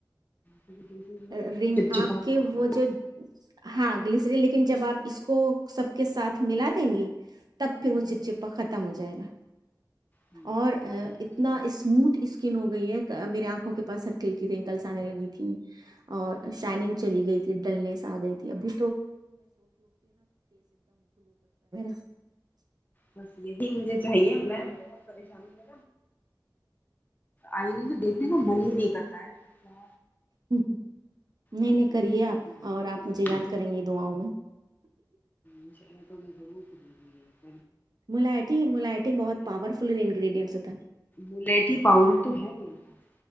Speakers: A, on the left (about 25°); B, on the right (about 60°).
A: کیونکہ دیسی تھوڑا
B: ر
A: سا چپچپا
B: آپ کے
A: سا ہوتا
B: وہ
A: ہے نا
B: جو ہاں سری لیکن جب آپ اس کو سب کے ساتھ ملا دیں گی تو تب پھر وہ
A: ہوں
B: چپچپا ختم ہو جائے گا
A: ہوں
B: اور اتنا
A: اچھا اچھا
B: اسموتھ اسکن ہو گئی ہے میرے آنکھوں کے پاس سرکل کی تیں کلس آنے لگی تیں اور
A: ہوں
B: شائننگ
A: ہوں
B: چلی گئی تھی ڈلنیس آ گئی تھی تھی ابھی <unintelligible>
A: بس یہی مجھے چاہیے میں بہت پریشانی ہو آئینی میں دیکنے کو من ہی نہیں کرتا تائ کیا
B: نہیں
A: بہت
B: نہیں
A: زیادہ
B: کریے
A: اسٹریس
B: آپ
A: میں آ
B: اور
A: گئی ہے
B: آپ
A: اس
B: مجھے
A: وجہ
B: یاد
A: سے
B: کریں گے دعاؤں میں
A: انشاء اللہ تو میں ضرور کر رہی
B: ملاائٹی ملاائٹی بہت پاورفل انگریڈیئٹس تھ
A: اللیٹھی پاؤڈر تو ہے میرے پاس